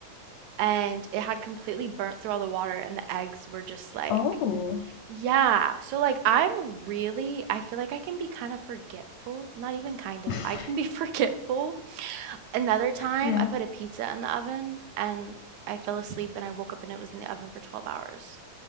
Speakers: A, on the right; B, on the left.
A: and it had completely burnt through all the water, and the eggs were just like
B: Oh.
A: Yeah. So like I'm really I feel like I can be kind of forgetful, not even kind of.
B: <laughs>
A: I can be <laughs> forgetful. Another time
B: Yeah.
A: I put a pizza in the oven and I fell asleep and I woke up and it was in the oven for 12 hours